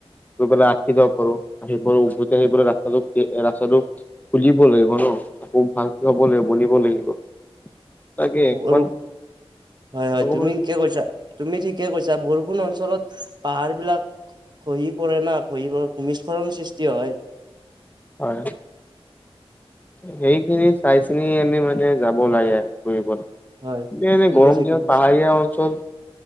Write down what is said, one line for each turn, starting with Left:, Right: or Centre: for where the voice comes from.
Left: হেটো পেলাই অতকি যাব পাৰোঁ। আহিব উভতি আহি পেলাই ৰাস্তাটো খুলিব লাগিব নহ, আকৌ ভালকে হ'ব লাগিব বনিব লাগিব। তাকে অকমান
Right: আৰু, হয়
Left: অকমান
Right: তুমি কিয় কৈছা। তুমি ঠিকে কৈছা, বৰষুণ অঞ্চলত পাহাৰ বিলাক খহি পৰে না খহি পৰে ভূমিস্খলন সৃষ্টি হয়।
Left: হয়। সেইখিনি চাই চিনি আমি মানে যাব লাগে ফুৰিবলৈ।
Right: হয়
Left: এনেই
Right: তুমি
Left: গৰম
Right: ঠিকে
Left: দিনত
Right: কৈছা।
Left: পাহাৰীয়া অঞ্চল